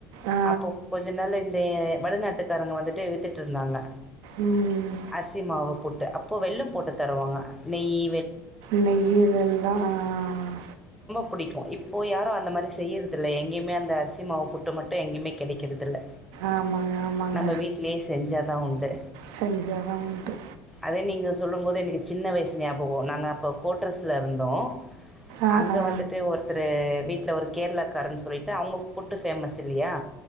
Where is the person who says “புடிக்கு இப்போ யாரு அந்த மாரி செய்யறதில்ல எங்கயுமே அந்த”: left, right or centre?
Centre